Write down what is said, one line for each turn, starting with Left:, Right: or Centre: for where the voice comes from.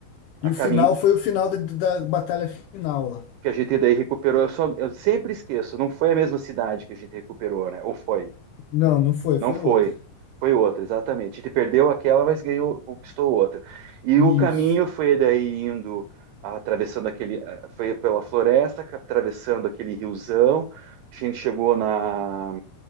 Right: a
Left: E o
Right: caminho
Left: final foi o final da, da batalha final lá.
Right: que a gente daí recuperou. Eu só, eu sempre esqueço, não foi a mesma cidade que a gente recuperou, né? Ou foi?
Left: Não, não foi,
Right: Não
Left: foi
Right: foi.
Left: outra.
Right: Foi outra, exatamente. Ele perdeu aquela, mas ganhou, conquistou outra. E
Left: Isso,
Right: o caminho foi daí indo, atravessando aquele, eh, foi pela floresta, atravessando aquele riozão. A gente chegou na,